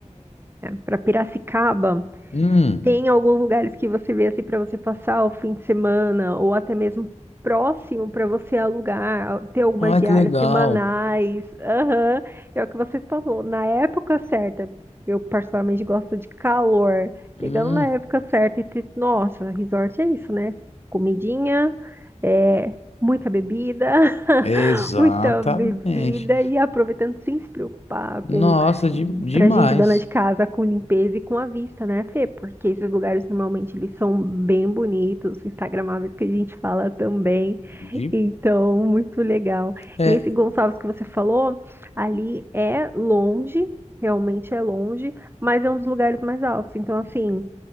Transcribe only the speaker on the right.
para Piracicaba.
Tem alguns lugares que você vê assim para você passar o fim de semana ou até mesmo próximo para você alugar, ter algumas
diárias
semanais. Aham, É o que você falou, na época certa. Eu particularmente gosto de calor.
Pegando na época certa e ter, nossa, resort é isso, né? Comidinha, é, muita bebida, <laughs>
muita bebida e aproveitando sem se preocupar com
pra gente dona de casa com limpeza e com a vista, né, Fê? Porque esses lugares normalmente eles são bem bonitos, instagramáveis que a gente fala também.
Então, muito legal.
E esse Gonçalves que você falou, ali é longe, realmente é longe, mas é um dos lugares mais altos. Então, assim,